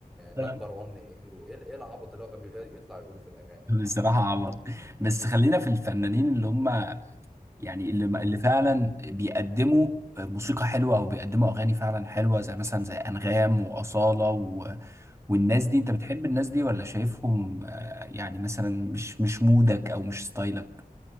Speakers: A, on the right; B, in the centre.
A: <laughs>
B: نمبر 1 ايه وايه إيه العبط اللي هو كان بيطلع يقوله في الاغاني ده
A: بصراحة
B: معلش
A: عبط بس خلينا في الفنانين اللي هم يعني اللي اللي فعلا بيقدموا موسيقى حلوة أو بيقدموا أغاني فعلا حلوة زي مثلا زي أنغام وأصالة و... والناس دي أنت بتحب الناس دي ولا شايفهم آه، يعني مثلا مش مش مودك أو مش ستايلك؟